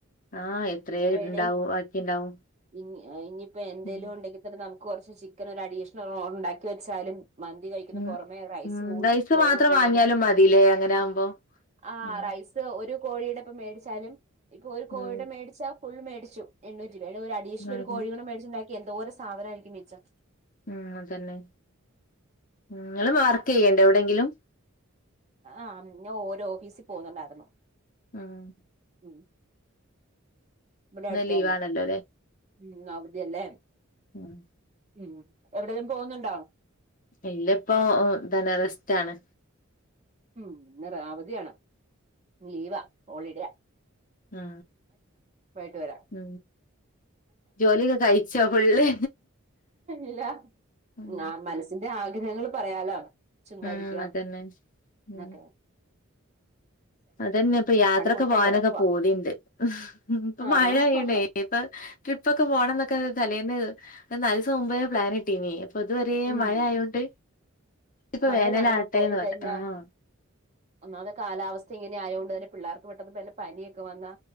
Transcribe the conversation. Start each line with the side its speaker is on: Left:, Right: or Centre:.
Left: ആഹ എത്രയ
Right: പിന്നെ വേണേ
Left: ഇണ്ടാവും ബാക്കിണ്ടാവും
Right: ഇനി ഇനിയിപ്പെ എന്തേലും
Left: ഉം
Right: ഉണ്ടെങ്കിൽ തന്നെ നമുക്ക് കുറച്ച് ചിക്കൻ ഒരു അഡീഷണൽ ഉണ്ടാക്കി വെച്ചാലും മന്തി കഴിക്കുന്ന
Left: ഉം
Right: പൊറമേ റൈസ്
Left: ഉം
Right: കൂ
Left: റൈസ്
Right: ചോറ്
Left: മാത്രം
Right: കൂടുതല്
Left: വാങ്ങിയാലും മതില്ലേ അങ്ങനെ ആവുമ്പോ
Right: ആഹ്
Left: ഉം
Right: റൈസ് ഒരു കോഴിയുടെ ഇപ്പ മേടിച്ചാലും ഇപ്പൊ ഒരു കോഴിയുടെ
Left: ഉം
Right: മേടിച്ചാ ഫുൾ മേടിച്ചു എണ്ണൂ <unintelligible> ഒരു അഡീഷണൽ
Left: ഉം
Right: ഒരു കോഴികളെ മേടിച്ച്ണ്ടാക്കിയാ എന്തോര് സാധനെക്കാരം മിച്ചം
Left: ഉം അതന്നെ നിങ്ങള് വർക്ക്യ്യേണ്ടോ എവിടെങ്കിലും
Right: ആ് ഞ ഓരോ ഓഫീസിൽ പോകുന്നുണ്ടായിരുന്നു
Left: ആഹ്
Right: ഉം ഇവിടെ അടുത്ത്
Left: ലീവ്
Right: തന്നാ
Left: ആണല്ലോ
Right: ഉം അവധിയല്ലേ
Left: ഉമ്
Right: ഉം എവിടെലും പോവുന്നുണ്ടോ
Left: ഇല്ല ഇപ്പോൊ ധനരസ്റ്റ്ാണ്
Right: ഉം ഇന്ന് റാ വധിയാണ് ലീവാ ഹോളിഡേ
Left: ആ
Right: വൈകിട്ട് വരാം
Left: ഉ ജോലിയൊക്കെ കഴ ച്ചോ ഫുള്ള്
Right: ഇല്ല
Left: ഉം
Right: ആ മനസ്സിന്റെ ആഗ്രഹങ്ങൾ പറയാലോ ചുമ്മാ
Left: ഉം
Right: ഇരിക്കാം
Left: അതന്നെ ഉം
Right: എന്നക്കെ
Left: അതന്നെ ഇപ്പൊ യാത്രക്കെ
Right: മൊത്തം
Left: പോവാനൊക്കെ
Right: കിടക്കുവാ
Left: പൂതിണ്ട്. ഇപ്പൊ
Right: ആ
Left: മഴ ആയൊണ്ടെ ഇപ്പൊ ട്രിപ്പ് ഒക്കെ പോണം ന്നൊക്കെ തലേന്ന് നാലീസം മുമ്പേ പ്ലാനിട്ടീനി ഇപ്പ ഇതുവരെ
Right: ഉം
Left: മഴ ആയോണ്ട് ഇപ്പൊ
Right: മഴ
Left: വേനലാവട്ടെന്ന്
Right: കാണുമ്പം പോയി കഴിഞ്ഞാ
Left: പറഞ്ഞു ആഹ്
Right: ഒന്നാത്തെ കാലാ ഇങ്ങനെ ആയത് കൊണ്ട് തന്നെ പിള്ളേർക്ക് പെട്ടെന്ന്ല്ല പനിയൊക്കെ വന്നാ